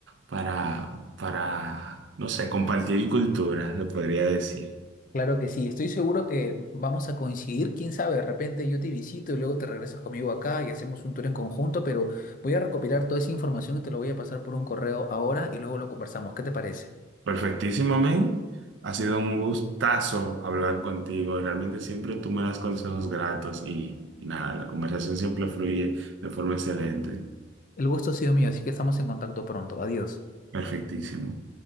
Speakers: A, on the right; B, on the left.
A: para, para, no sé, compartir cultura, se podría decir.
B: Claro que sí, estoy seguro que vamos a coincidir, quién sabe, de repente yo te visito y luego te regresas conmigo acá y hacemos un tour en conjunto, pero voy a recopilar toda esa información y te lo voy a pasar por un correo ahora y luego lo conversamos. ¿Qué te parece?
A: Perfectísimo, men, ha sido un gustazo hablar contigo, realmente siempre tú me das consejos gratos y, y nada, la conversación siempre fluye de forma excelente,
B: El gusto ha sido mío, así que estamos en contacto pronto. Adiós.
A: perfectísimo.